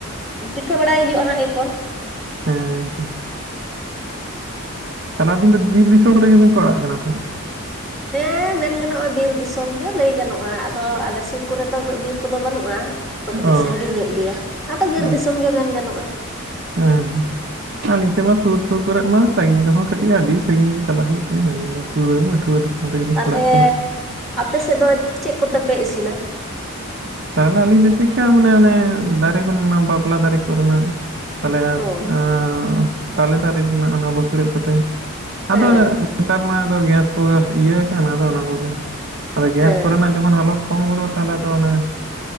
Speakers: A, in the centre; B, on the right (about 50°).
A: ᱯᱤᱴᱷᱟᱹ ᱵᱟᱲᱟᱭ ᱦᱩᱭᱩᱜᱼᱟ ᱱᱟᱦᱟᱸᱜ ᱮᱭᱯᱚᱨ᱾
B: ᱦᱮᱸ᱾ ᱛᱟᱦᱚᱞᱮ ᱟᱵᱤᱱ ᱫᱚ ᱵᱤᱨ ᱫᱤᱥᱚᱢ ᱠᱚᱨᱮ ᱜᱮᱵᱤᱱ ᱯᱟᱲᱟᱜ ᱠᱟᱱᱟ ᱛᱟᱦᱚᱞᱮ?
A: ᱦᱮᱸ ᱢᱮᱱ ᱜᱟᱱᱚᱜᱼᱟ ᱵᱤᱨ ᱫᱤᱥᱚᱢ ᱜᱮ ᱞᱟᱹᱭ ᱜᱟᱱᱚᱜᱼᱟ᱾ ᱟᱫᱚ ᱟᱞᱮ ᱥᱩᱨ ᱠᱚᱨᱮᱜ ᱫᱚ ᱩᱱᱟᱹᱜ ᱵᱤᱨ ᱠᱚᱫᱚ ᱵᱟᱹᱱᱩᱜᱼᱟ᱾ ᱛᱚ ᱠᱟᱹᱴᱤᱡ
B: ᱚ
A: ᱥᱟᱺᱜᱤᱧ ᱧᱚᱜ ᱜᱮᱭᱟ᱾ ᱟᱫᱚ ᱵᱤᱨ
B: ᱚ
A: ᱫᱤᱥᱚᱢ ᱜᱮ ᱢᱮᱱ ᱜᱟᱱᱚᱜᱼᱟ᱾
B: ᱦᱮᱸ᱾ ᱟᱹᱞᱤᱧ ᱥᱮᱫ ᱢᱟ ᱥᱩᱨ ᱥᱩᱨ ᱠᱚᱨᱮᱫ ᱢᱟ ᱥᱟᱺᱜᱤᱧ ᱨᱮᱦᱚᱸ ᱠᱟᱹᱴᱤᱡ ᱟᱹᱰᱤ ᱥᱟᱺᱜᱤᱧ ᱜᱮ ᱪᱟᱞᱟᱜ ᱦᱩᱭᱩᱜ ᱛᱟᱞᱤᱧᱟ ᱟᱹᱞᱤᱧ᱾ ᱟᱫᱚ ᱯᱩᱨᱟᱹ ᱢᱟᱹᱴᱷᱣᱟᱹ ᱫᱤᱥᱚᱢ ᱨᱮᱜᱮᱞᱤᱧ
A: ᱛᱟᱞᱦᱮ
B: ᱯᱟᱲᱟᱜ ᱠᱟᱱᱟ᱾
A: ᱟᱯᱮ ᱥᱮᱫ ᱫᱚ ᱪᱮᱫ ᱠᱚᱛᱮ ᱯᱮ ᱤᱥᱤᱱᱟ?
B: ᱛᱟᱦᱚᱞᱮ ᱟᱹᱞᱤᱧ ᱫᱚ ᱪᱤᱫᱠᱟ ᱢᱟᱱᱮ ᱚᱱᱮ ᱫᱟᱨᱮ ᱠᱚᱨᱮᱱᱟ ᱵᱟᱯᱞᱟ ᱫᱟᱨᱮ ᱠᱚᱨᱮᱱᱟᱜ ᱛᱟᱞᱮᱭᱟᱜ
A: ᱚ
B: ᱟᱸ ᱛᱟᱞᱮ ᱫᱟᱨᱮ ᱨᱮᱱᱟᱜ ᱚᱱᱟ ᱵᱟᱹᱠᱲᱟᱹ ᱠᱚᱛᱮ, ᱟᱫᱚ
A: ᱦᱮᱸ
B: ᱱᱮᱛᱟᱨ ᱢᱟ ᱟᱫᱚ ᱜᱮᱥ ᱠᱚᱜᱮ ᱤᱭᱟᱹᱣ ᱠᱟᱱ ᱟᱫᱚ ᱚᱱᱟ ᱠᱚᱜᱮ, ᱟᱫᱚ ᱜᱮᱥ
A: ᱦᱮᱸ
B: ᱠᱚᱨᱮᱱᱟᱜ ᱡᱚᱠᱷᱚᱱ ᱦᱟᱞᱚᱛ ᱠᱚᱢ ᱜᱚᱫᱚᱼᱟ ᱛᱟᱦᱚᱞᱮ ᱟᱫᱚ ᱚᱱᱮ